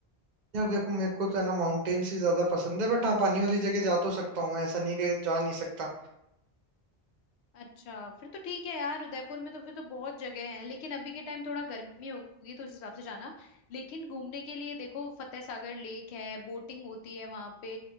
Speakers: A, on the right (about 50°); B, on the left (about 80°).
A: यार देखो मेरे को तो है ना माउंटेन्स ही ज्यादा पसंद है बट हाँ पानी वाली जगह जा तो सकता हूँ मैं ऐसा नहीं कि जा नहीं सकता
B: अच्छा फिर तो ठीक है यार उदयपुर में तो फिर तो बहुत जगह है लेकिन अभी के टाइम थोड़ा गर्मी होगी तो उस हिसाब से जाना लेकिन घूमने के लिए देखो फतेह सागर लेक है बोटिंग होती है वहां पे